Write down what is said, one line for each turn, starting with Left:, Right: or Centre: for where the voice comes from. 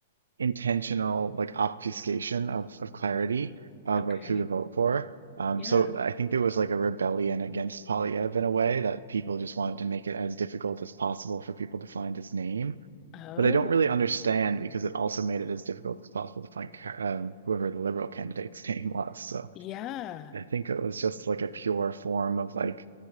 Right: intentional like obfuscation of of clarity of
Left: okay.
Right: like who to vote for. Um,
Left: Yeah.
Right: so I think there was like a rebellion against Polyev in a way that people just wanted to make it as difficult as possible for people to find his name.
Left: Oh.
Right: But I don't really understand because it also made it as difficult as possible to find um, whoever the liberal candidate's <laughs> name was. So
Left: Yeah.
Right: I think it was just like a pure form of like